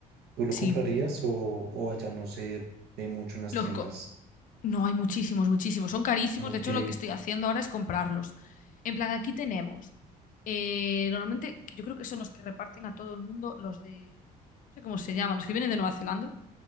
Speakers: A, on the right (about 70°); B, on the left (about 50°).
A: ¿tú lo
B: sí.
A: comprarías o, o allá no sé de mucho en las
B: Los
A: tiendas?
B: co- No, hay muchísimos, muchísimos. Son carísimos.
A: Ok,
B: De hecho, lo que estoy haciendo ahora es comprarlos. En plan, aquí tenemos. eh, normalmente, que yo creo que son los que reparten a todo el mundo, los de. No sé cómo se llaman, los que vienen de Nueva Zelanda,